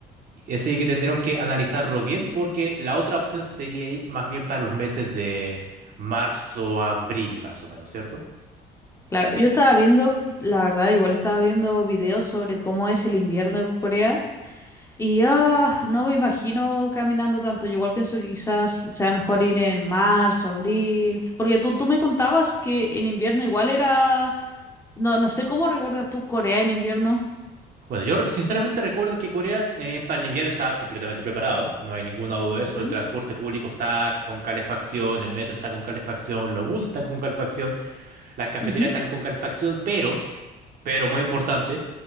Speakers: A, on the right; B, on the left.
A: Así que tendremos que analizarlo bien porque la otra opción sería ir más bien para los meses de marzo, abril, más o menos, ¿cierto?
B: Claro, yo estaba viendo, la verdad, igual estaba viendo videos sobre cómo es el invierno en Corea Y ah, no me imagino caminando tanto. Yo igual pienso que quizás sea mejor ir en marzo, abril, porque tú, tú me contabas que en invierno igual era... No, no sé cómo recuerdas tú Corea en invierno.
A: Bueno, yo re- sinceramente recuerdo que Corea eh, para el invierno está completamente preparado, no hay ninguna duda de eso,
B: Ujú,
A: el transporte público está con calefacción, el metro está con calefacción, los buses están con calefacción, las cafeterías
B: ujú,
A: están con calefacción, pero, pero muy importante,